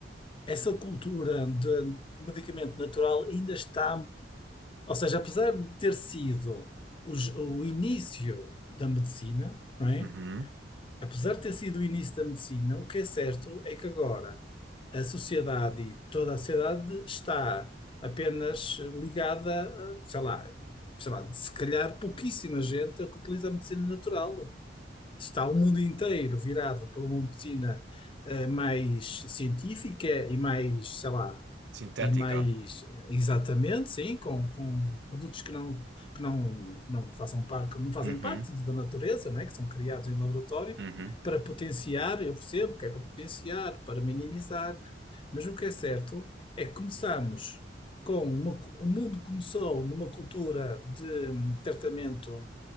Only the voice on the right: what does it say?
Uhum.
Sintética.
Uhum.
Uhum.